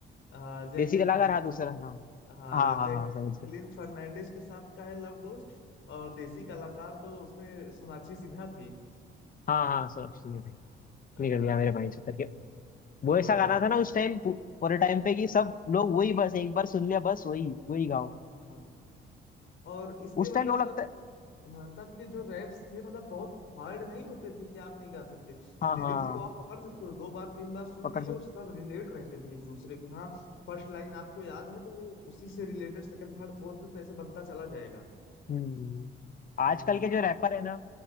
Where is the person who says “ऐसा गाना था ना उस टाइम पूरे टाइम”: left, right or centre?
Left